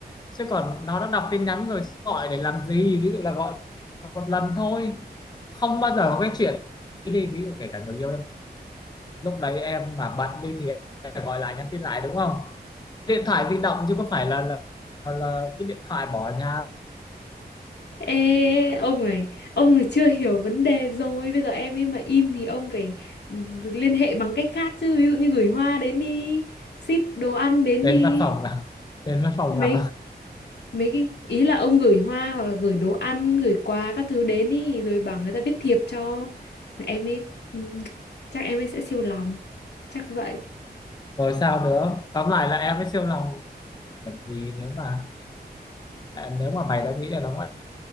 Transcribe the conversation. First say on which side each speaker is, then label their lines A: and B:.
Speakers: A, on the left; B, on the left.
A: chứ còn nó đã đọc tin nhắn rồi gọi để làm gì ví dụ là gọi một lần thôi không bao giờ có cái chuyện đi đi. ví dụ kể cả người yêu em lúc đấy em mà bận đi thì em phải gọi lại nhắn tin lại đúng không điện thoại di động chứ có phải là là, là, là cái điện thoại bỏ ở nhà
B: ê ông này ông này chưa hiểu vấn đề rồi bây giờ em ấy mà im thì ông phải ừ, liên hệ bằng cách khác chứ ví dụ như gửi hoa đến đi ship đồ ăn đến
A: đến
B: đi
A: văn phòng gặp <laughs> đến văn phòng
B: mấy
A: gặp
B: mấy cái ý là ông gửi hoa hoặc là gửi đồ ăn gửi quà các thứ đến ý rồi bảo người ta viết thiệp cho em ấy ừm, chắc em ấy sẽ siêu lòng chắc vậy
A: rồi sao nữa tóm lại là em mới siêu lòng làm gì nếu mà à, nếu mà mày đã nghĩ là nó ngoại